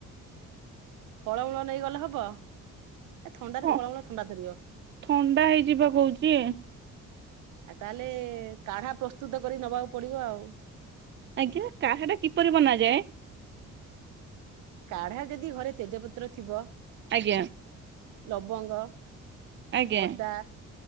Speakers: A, on the right (about 85°); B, on the right (about 40°).
A: ଫଳମୂଳ ନେଇଗଲେ ହବ? ଏ ଥଣ୍ଡାରେ
B: ହଁ
A: ଫଳମୂଳ ଥଣ୍ଡା ଧରିବ।
B: ଥଣ୍ଡା ହେଇଯିବା କହୁଛି
A: ଆଉ ତାହେଲେ କାଢା ପ୍ରସ୍ତୁତ କରି ନବାକୁ ପଡିବ ଆଉ।
B: ଆଜ୍ଞା, କାହା ଟା କିପରି ବନାଯାଏ?
A: କାଢା ଯଦି ଘରେ ତେଜପତ୍ର ଥିବ।
B: ଆଜ୍ଞା।
A: ଲବଙ୍ଗ,
B: ଆଜ୍ଞା
A: ଅଦା,